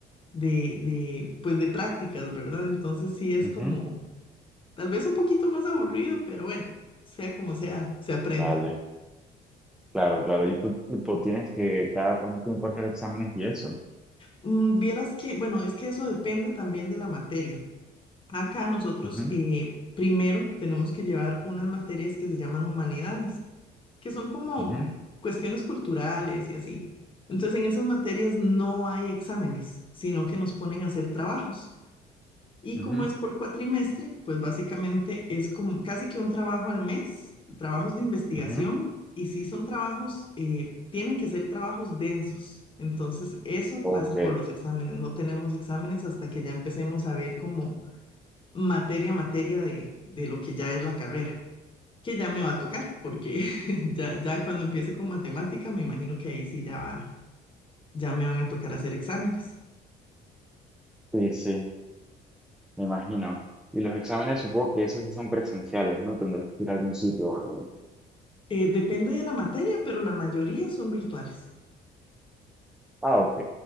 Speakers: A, on the left; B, in the centre.
A: de, de, pues de prácticas, ¿verdad? Entonces sí es
B: ujú.
A: como, tal vez un poquito más aburrido, pero bueno, sea como sea, se aprende.
B: Vale, claro, claro. Y tú, tipo, tienes que cada cuánto tiempo hacer exámenes y eso.
A: Mm, Vieras que, bueno, es que eso depende también de la materia. Acá nosotros
B: Ujú,
A: eh, primero tenemos que llevar unas materias que se llaman humanidades, que son como
B: ujú,
A: cuestiones culturales y así. Entonces en esas materias no hay exámenes, sino que nos ponen a hacer trabajos. Y
B: ujú,
A: como es por cuatrimestre, pues básicamente es como casi que un trabajo al mes, trabajos de investigación,
B: ujú.
A: y si son trabajos, eh, tienen que ser trabajos densos. Entonces eso
B: Ok,
A: pasa por los exámenes. No tenemos exámenes hasta que ya empecemos a ver cómo materia a materia de, de lo que ya es la carrera, que ya me va a tocar, porque <laughs> ya, ya cuando empiece con matemática, me imagino que ahí sí ya, va- ya me van a tocar hacer exámenes.
B: sí, sí. Me imagino. Y los exámenes supongo que esos sí son presenciales, ¿no? Tendrás que ir a algún sitio o algo.
A: Eh, depende de la materia, pero la mayoría son virtuales.
B: Ah, ok.